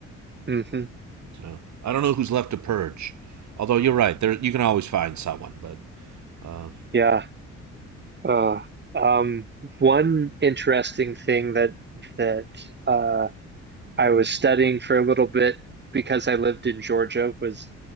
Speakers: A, on the right; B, on the right.
A: Mm-hmm.
B: So I don't know who's left to purge. Although you're right, there you can always find someone. But uh,
A: <laughs> yeah. Uh, um, one interesting thing that that uh, I was studying for a little bit because I lived in Georgia was